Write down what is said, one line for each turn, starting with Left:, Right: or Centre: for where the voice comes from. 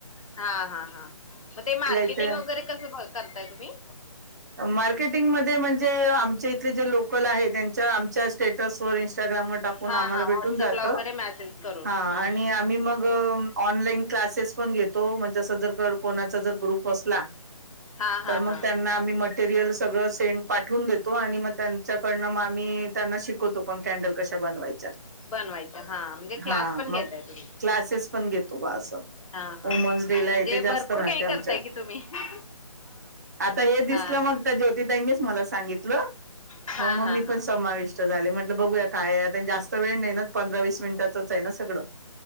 Left: हा, हा, हा मग ते मार्केटिंग
Right: इथे
Left: वगैरे कस बघ करताय तुम्ही.
Right: मार्केटिंग मध्ये म्हणजे आमच्या इथ जे लोकल आहेत, त्यांच्या आमच्या स्टेटस इंस्टाग्रामवर टाकून
Left: हा
Right: आम्हाला
Left: हा
Right: भेटून
Left: व्हॉट्सअपला
Right: जात,
Left: वगैरे मेसेज करून
Right: ह आणि
Left: हम्म हम्म
Right: आम्ही मग ऑनलाईन क्लासेस पण घेतो. जस, जर-कर कोणाचा जर ग्रुप असला
Left: हा
Right: तर
Left: हा
Right: मग
Left: हा
Right: त्यांना मटेरियल सगळंच तेन पाठवून देतो, आणि मग त्यांच्याकडन मी त्यांना शिकवतो पण, कॅनडल कशे बनवायचे.
Left: बनवायच्या हा म्हणजे क्लास
Right: हा
Left: पण
Right: मग
Left: घेताय तुम्ही
Right: क्लासेस पण घेतो, बा अस
Left: हा हा
Right: वूमन्स डे
Left: म्हणजे
Right: ला जास्त
Left: भरपूर
Right: राहत
Left: काही
Right: आमच्यात
Left: करताय की तुम्ही हा
Right: हे दिसलं
Left: हा
Right: मग त्या जोति ताईनीच मला सांगितलं
Left: हा
Right: मग
Left: हा
Right: मी
Left: हा
Right: पण समाविष्ट
Left: हा
Right: झाली. बघूया काय, जास्त वेळ नाही ना, पंधरा वीस मिनिटाच आहे ना सगळं.